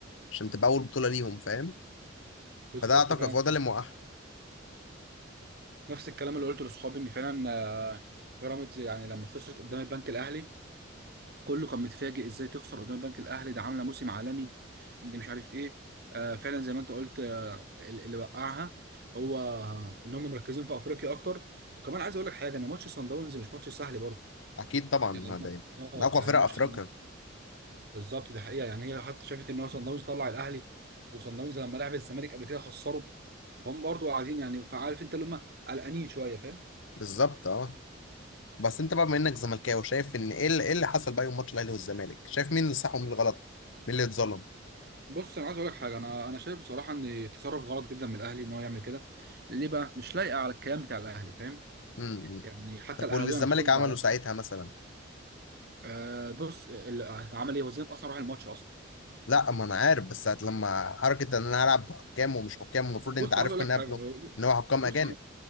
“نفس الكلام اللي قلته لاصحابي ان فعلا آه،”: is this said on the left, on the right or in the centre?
Right